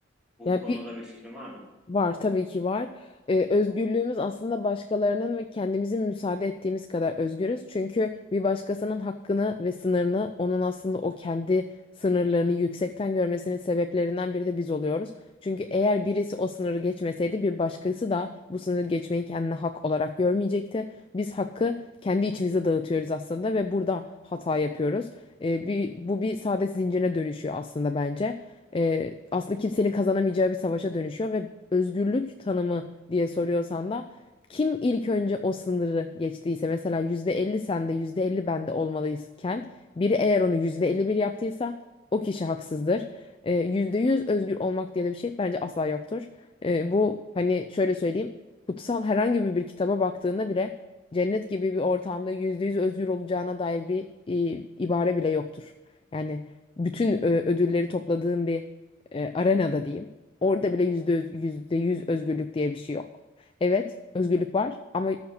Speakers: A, in the centre; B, on the left (about 30°).
A: Bu
B: Yani
A: konuda
B: bir
A: bir fikrin var mı?
B: Var tabii ki var. Ee, özgürlüğümüz aslında başkalarının ve kendimizin müsaade ettiğimiz kadar özgürüz. Çünkü bir başkasının hakkını ve sınırını onun aslında o kendi sınırlarını yüksekten görmesinin sebeplerinden biri de biz oluyoruz. Çünkü eğer birisi o sınırı geçmeseydi bir başkası da bu sınırı geçmeyi kendine hak olarak görmeyecekti. Biz hakkı kendi içimize dağıtıyoruz aslında ve burada hata yapıyoruz. Ee, bir, bu bir saadet zincirine dönüşüyor aslında bence e, aslında kimsenin kazanamayacağı bir savaşa dönüşüyor ve özgürlük tanımı diye soruyorsan da kim ilk önce o sınırı geçtiyse mesela %50 sende %50 bende olmalıyken biri eğer onu %51 yaptıysa o kişi haksızdır. Ee, yüzde yüz özgür olmak diye de bir şey bence asla yoktur. Ee, bu hani şöyle söyleyeyim kutsal herhangi bir, bir kitaba baktığında bile cennet gibi bir ortamda %100 özgür olacağına dair bir e, ibare bile yoktur. Yani bütün e, ödülleri topladığım bir e, arenada diyeyim. Orada bile yüzde öz- yüzde yüz özgürlük diye bir şey yok. Evet, özgürlük var ama